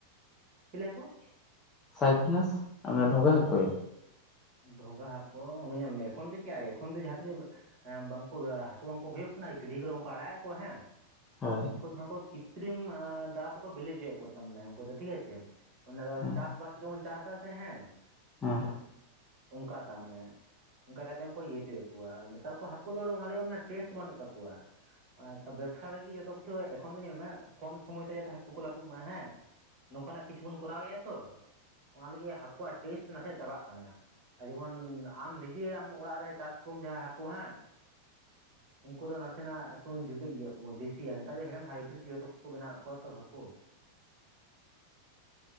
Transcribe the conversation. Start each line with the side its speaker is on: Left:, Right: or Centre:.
Right: ᱪᱮᱞᱮ ᱦᱟᱠᱳ?
Left: ᱥᱟᱭᱯᱷᱤᱱᱟᱥ ᱢᱟᱱᱮ ᱰᱷᱚᱵᱮ ᱦᱟᱠᱳ ᱭᱟ᱾
Right: ᱰᱷᱚᱜᱟ ᱦᱟᱹᱠᱳ ᱧᱮᱞ ᱢᱮ ᱮᱠᱷᱚᱱ ᱫᱮᱠᱤ ᱟᱭ ᱮᱠᱷᱚᱱ ᱫᱚ ᱡᱟᱦᱟᱸ ᱛᱤᱱᱟᱹᱜ ᱵᱟᱝᱠᱚ ᱦᱟᱹᱠᱩ ᱵᱟᱝᱠᱚ ᱦᱩᱭᱩᱜ ᱠᱟᱱᱟ ᱜᱟᱰᱭᱟ ᱠᱚᱨᱮ ᱵᱟᱝᱠᱚ ᱟᱲᱟᱜ ᱜᱮᱫ ᱠᱚᱣᱟ ᱦᱮᱸ
Left: ᱦᱳᱭ
Right: ᱩᱱᱠᱩ ᱫᱚ ᱦᱚᱸᱠᱚ ᱠᱤᱛᱨᱤᱢ ᱫᱟᱨᱟᱭ ᱛᱮ ᱠᱚ ᱵᱤᱞᱤ ᱦᱚᱚᱭᱮᱫ ᱠᱚᱣᱟ ᱛᱟᱨ ᱢᱟᱱᱮ ᱩᱱᱠᱩ ᱫᱚ ᱴᱷᱤᱠ ᱟᱪᱷᱮ ᱚᱱᱟ ᱫᱚ
Left: ᱦᱮᱸ
Right: ᱪᱟᱥ ᱵᱟᱥ ᱵᱟᱥ ᱪᱮᱜᱠᱟ ᱪᱟᱥ ᱫᱟ ᱥᱮ ᱦᱮᱸ
Left: ᱦᱮᱸ
Right: ᱚᱱᱠᱟ ᱛᱟ ᱢᱟᱱᱮ ᱚᱱᱠᱟ ᱠᱟᱛᱮᱫ ᱩᱱ ᱠᱚ ᱤᱭᱟᱹ ᱦᱚᱪᱚᱭᱮᱫ ᱠᱚᱣᱟ ᱟᱨ ᱱᱮᱛᱟᱨ ᱠᱚ ᱦᱟᱹᱠᱩ ᱫᱚ ᱚᱱᱟ ᱞᱟᱹᱜᱤᱫ ᱴᱮᱥᱴ ᱵᱟᱹᱱᱩᱜ ᱛᱟᱠᱚᱣᱟ ᱟᱨ ᱵᱮᱵᱽᱥᱟ ᱞᱟᱹᱜᱤᱫ ᱡᱚᱛᱚ ᱠᱤᱪᱷᱩ ᱮᱠᱷᱚᱱ ᱫᱚ ᱧᱮᱞ ᱢᱮ ᱠᱚᱢ ᱥᱚᱢᱚᱭ ᱛᱮ ᱡᱟᱛᱮ ᱦᱟᱹᱠᱩ ᱠᱚ ᱞᱟᱹᱴᱩᱜ ᱢᱟ ᱦᱮᱸ ᱱᱚᱝᱠᱟ ᱱᱟᱜ ᱠᱤᱪᱷᱩ ᱵᱚᱱ ᱠᱚᱨᱟᱣᱮᱫᱼᱟ ᱛᱚ ᱚᱱᱟ ᱞᱟᱹᱜᱤᱫ ᱦᱟᱹᱠᱩᱣᱟᱜ ᱴᱮᱥᱴ ᱱᱟᱥᱮ ᱪᱟᱵᱟᱜ ᱠᱟᱱᱟ ᱡᱮᱢᱚᱱ ᱟᱢ ᱱᱤᱡᱮ ᱟᱢ ᱚᱲᱟᱜ ᱨᱮ ᱪᱟᱥ ᱠᱚᱢ ᱡᱟᱦᱟᱸ ᱦᱟᱹᱠᱩ ᱦᱮᱸ
Left: <inaudible>
Right: ᱩᱱᱠᱩ ᱫᱚ ᱱᱟᱥᱮᱱᱟᱜ ᱮᱠᱴᱩ ᱡᱩᱫᱟᱹᱜ ᱜᱮᱭᱟ ᱠᱚ ᱫᱤᱥᱤ ᱱᱮᱛᱟᱨ ᱡᱮ ᱮᱠᱷᱮᱱ ᱦᱟᱭᱵᱨᱤᱰ ᱡᱚᱛᱚ ᱠᱚᱠᱚ ᱵᱮᱱᱟᱣᱮᱫ ᱠᱚᱣᱟ ᱛᱚ ᱦᱟᱹᱠᱩ